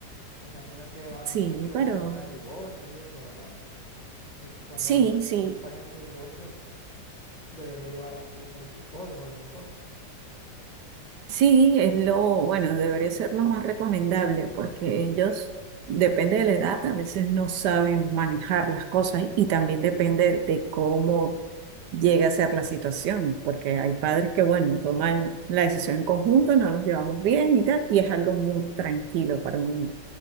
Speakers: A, on the left (about 25°); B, on the right (about 75°).
A: Imagino que va
B: Sí,
A: mucho
B: pero
A: el tema de divorcios y eso, ¿verdad? Porque cuando
B: sí, sí.
A: una pareja se divorcia, debería llevar a su hijo al psicólogo a lo mejor.
B: Sí, es lo, bueno, debería ser lo más recomendable porque
A: Sí,
B: ellos, depende de la edad, a veces no saben manejar las cosas y también depende de cómo llega a ser la situación, porque
A: claro,
B: hay padres que, bueno, toman la decisión en conjunto, no nos llevamos bien y tal, y es algo muy tranquilo para un niño.